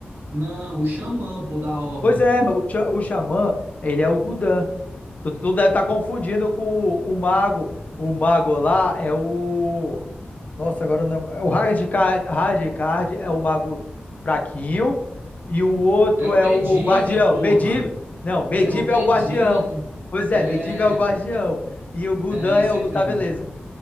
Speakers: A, on the right (about 85°); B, on the left (about 40°).
A: não, o xamã, pô, da Horda,
B: Pois é, o, xa- o xamã, ele é o Gudan. Tu, tu deve estar confundindo com o, o mago. O mago lá é o. Nossa, agora não. é O Hardcard, Hardcard é o mago fraquinho. E o outro
A: é o
B: é
A: Medivh,
B: o guardião.
A: porra,
B: Medivh. Não, Medivh
A: é o Medivh,
B: é o guardião. Pois
A: é,
B: é, Medivh é o guardião. E o Gudan
A: é
B: é
A: isso
B: o
A: aí
B: da
A: mesmo.
B: beleza.